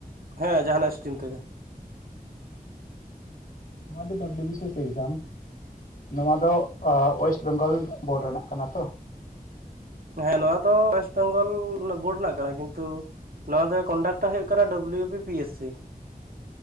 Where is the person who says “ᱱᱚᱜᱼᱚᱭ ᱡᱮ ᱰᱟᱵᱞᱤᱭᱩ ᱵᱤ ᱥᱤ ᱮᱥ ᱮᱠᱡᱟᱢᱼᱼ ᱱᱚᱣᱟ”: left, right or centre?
Left